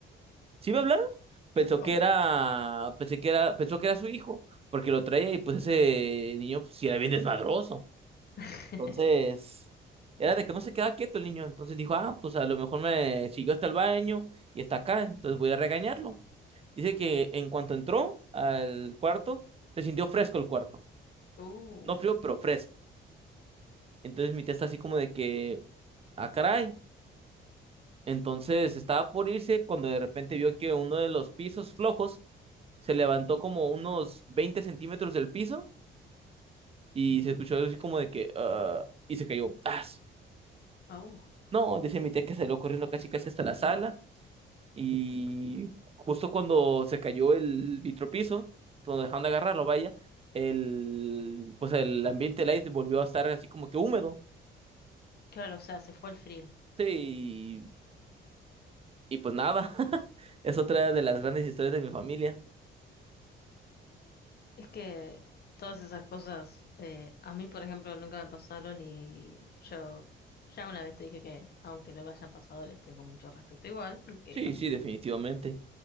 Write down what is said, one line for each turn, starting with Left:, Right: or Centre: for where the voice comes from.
Right: ¿Sí me hablaron? Pensó
Left: ¿Cómo?
Right: que era, pensé que era, pensó que era su hijo, porque lo traía y pues ese niño pues, sí era bien desmadroso.
Left: <laughs>
Right: Entonces, era de que no se quedaba quieto el niño. Entonces dijo, ah, pues a lo mejor me siguió hasta el baño y está acá, entonces voy a regañarlo. Dice que en cuanto entró al cuarto, se sintió fresco el cuarto.
Left: Uh,
Right: No frío, pero fresco. Entonces mi tía está así como de que, ah, caray. Entonces estaba por irse cuando de repente vio que uno de los pisos flojos se levantó como unos 20 centímetros del piso y se escuchó algo así como de que, ah, y se cayó. ¡Tas!
Left: oh.
Right: No, dice mi tía que salió corriendo casi casi hasta la sala y justo cuando se cayó el vitropiso, cuando dejaron de agarrarlo, vaya, el, pues el ambiente del aire volvió a estar así como que húmedo.
Left: Claro, o sea, se fue el frío.
Right: Sí, y, y pues nada, <laughs> es otra de las grandes historias de mi familia.
Left: Es que todas esas cosas, eh, a mí, por ejemplo, nunca me pasaron y yo ya una vez te dije que, aunque no me hayan pasado, les tengo mucho respeto igual, porque
Right: Sí, sí, definitivamente.